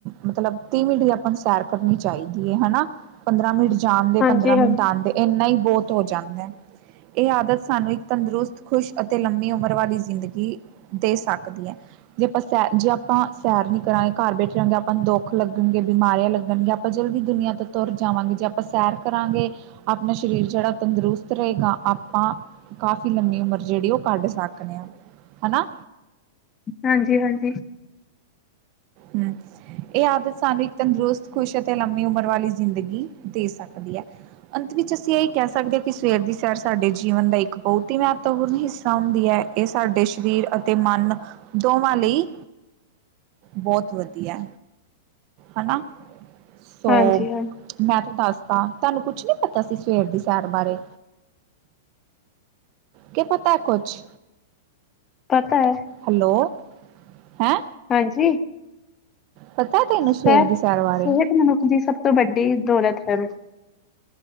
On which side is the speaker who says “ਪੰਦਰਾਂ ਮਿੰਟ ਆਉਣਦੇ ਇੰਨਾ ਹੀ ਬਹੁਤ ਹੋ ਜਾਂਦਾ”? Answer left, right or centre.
Right